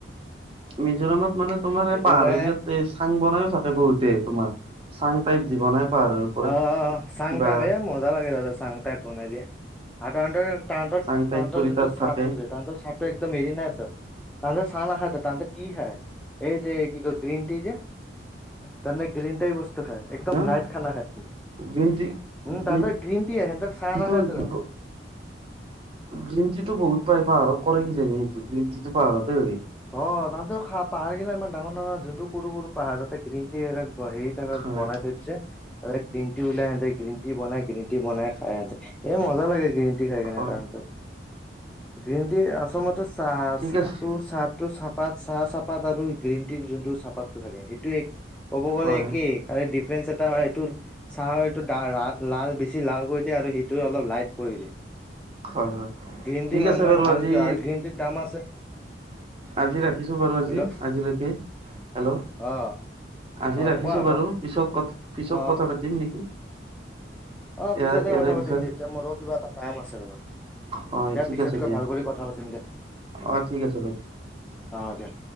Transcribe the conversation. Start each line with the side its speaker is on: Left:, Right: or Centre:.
Right: মিজোৰামত মানে তোমাৰ
Centre: সেইটো
Right: এই পাহাৰ
Centre: গে
Right: এৰিয়াত এই চাং বনাইয়ো থাকে বহুতে তোমাৰ। চাং টাইপ যি বনাই পাহাৰৰ ওপৰত
Centre: অ', অ', অ', চাং
Right: কিবা
Centre: টাইপ হে মজা লাগে দাদা চাং টাইপ বনাই দিয়ে। আৰু তাহাঁতৰ তাহাঁতৰ-তাহাঁতৰ
Right: চাং টাইপ কৰি
Centre: যোনটো
Right: তাত
Centre: চাঙটো
Right: থাকে
Centre: যে, তাহাঁতৰ চাঙটো একদম হেৰি নাইতো। তাহাতে চাহ নাখায়তো, তাহাতে টি খাই। এই যে কি কয়, গ্ৰীন টি যে! তাহাতে গ্ৰীণ টাইপ বস্তু খাই! একদম
Right: ন
Centre: লাইট খানা খায়।
Right: গ্ৰীণ টি,
Centre: উম
Right: গ্ৰীন,
Centre: তাহাঁতৰ গ্ৰীণ টি আহে, সিহঁতক চাহ নাখায়
Right: টো
Centre: তাহাঁতে।
Right: দিব গ্ৰীণ টিটো বহুত পায়, পাহাৰত কৰে কিজনি সেইটো। গ্ৰীণ টিটো পাহাৰতে হয়।
Centre: অ তাহতে পাহাৰ গিলা ইমান ডাঙৰ ডাঙৰ যোনটো সৰু সৰু পাহাৰ তাতে গ্ৰীণ ট হেৰি থাকে
Right: হয়
Centre: বনাই থৈ দিছে গ্ৰীণ টি লিয়াই হেহতে গ্ৰীণ টি বনাই গ্ৰীণ টি বনাই খাই সিহঁতে। এই মজা লাগে গ্ৰীন টি খাই কেনে
Right: হয়
Centre: তাঁহাতৰ। গ্ৰীণ টি আচলতে চাহ
Right: ঠিক আছে
Centre: চটো চ চাহপাত চাহ চাহপাত আৰু গ্ৰীণ টিৰ যোনটো চাহপাতটো থাকে সেইটো এক, ক'ব গ'লে
Right: হয়
Centre: একেই আৰু ডিফাৰেন্ঞ্চ হয় এইটো চাহৰ এইটো লাল বেছি লাল কৰি দিয়ে আৰু সিটো অলপ লাইট কৰি দিয়ে।
Right: হয় হয়
Centre: গ্ৰীণ টি
Right: ঠিক
Centre: মানুহে
Right: আছে বাৰু
Centre: ভাল
Right: আজি
Centre: কিয় আৰু গ্ৰীণ টিৰ দাম আছে।
Right: আজি ৰাখিছোঁ বাৰু আজি
Centre: হেল্ল'
Right: আজিলৈকে, হেল্ল'
Centre: অ
Right: আজি
Centre: অ
Right: ৰাখিছোঁ
Centre: কোৱা কোৱা
Right: বাৰু পিত পিছত
Centre: অ
Right: কথা পাতিম নেকি?
Centre: অ পিছতে
Right: ইয়াৰ ইয়াৰে
Centre: কথা পাতিম
Right: বিষয়ে
Centre: দে এতিয়া মোৰো কিবা এটা কাম আছে ৰবা।
Right: হয়
Centre: দিয়া
Right: ঠিক
Centre: পিছতকৈ
Right: আছে দিয়া
Centre: ভাল কৰি কথা পাতিম দিয়া
Right: অ ঠিক আছে বাৰু
Centre: অহ দিয়া।